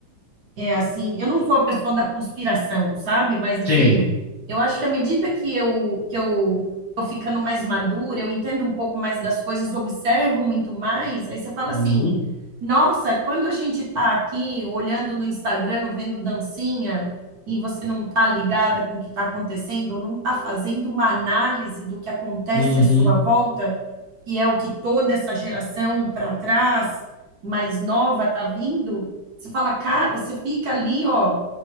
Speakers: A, on the right (about 60°); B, on the left (about 20°).
A: É assim, eu não sou a pessoa da conspiração, sabe? Mas assim,
B: sim.
A: eu acho que à medida que eu que eu tô ficando mais madura, eu entendo um pouco mais das coisas, observo muito mais, aí você fala
B: Uhum,
A: assim: "Nossa, quando a gente tá aqui olhando no Instagram, vendo dancinha, e você não tá ligada com o que tá acontecendo, ou não tá fazendo uma análise do que acontece
B: uhum,
A: à sua volta, que é o que toda essa geração para trás mais nova tá vindo, você fala, cara, você fica ali, ó,